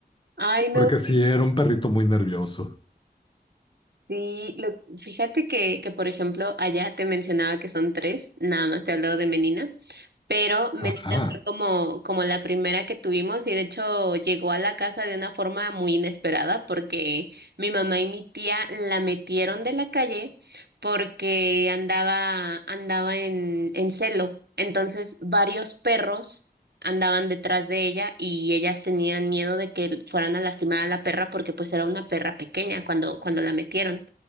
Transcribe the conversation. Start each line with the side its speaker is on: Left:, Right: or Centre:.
Right: Ay, no,
Left: porque sí era un perrito muy nervioso.
Right: sí, lo, fíjate que, que, por ejemplo, allá te mencionaba que son tres, nada más te hablo de Menina, pero Menina
Left: Ajá,
Right: fue como, como la primera que tuvimos y de hecho llegó a la casa de una forma muy inesperada porque mi mamá y mi tía la metieron de la calle porque andaba, andaba en, en celo. Entonces varios perros andaban detrás de ella y ellas tenían miedo de que fueran a lastimar a la perra porque pues era una perra pequeña cuando, cuando la metieron.